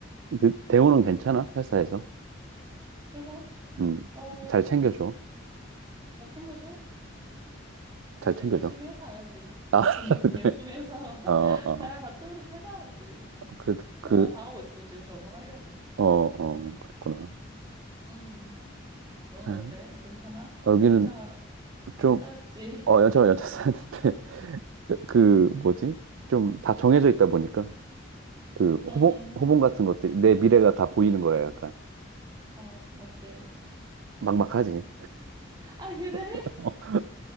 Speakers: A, on the right; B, on the right.
A: 그, 대우는 괜찮아? 회사에서?
B: 그래서,
A: 음,
B: 어,
A: 잘 챙겨줘.
B: 잘 챙겨줘?
A: 잘 챙겨줘.
B: 해, 열심히 해봐야지.
A: 아,
B: 맡은
A: <laughs>
B: 바는 <laughs> 열심히
A: 그래.
B: 해서 <laughs>
A: 어, 어.
B: 잘 받도록 해봐야지.
A: 그래도
B: 최선을
A: 그,
B: 다하고 있어, 지금 적응하려고.
A: 어, 어, 그랬구나.
B: 음, 너는
A: 아유,
B: 어때? 괜찮아?
A: 여기는
B: 연차가 많이
A: 좀,
B: 쌓였지?
A: 어, 연차가 연차 쌓였는데, <laughs> 그, 뭐지? 좀 다 정해져 있다 보니까, 그, 호봉,
B: <laughs> 음,
A: 호봉 같은 것들이, 내 미래가 다 보이는 거야, 약간.
B: 어, 어때?
A: 막막하지.
B: 아, 그래?
A: <laughs>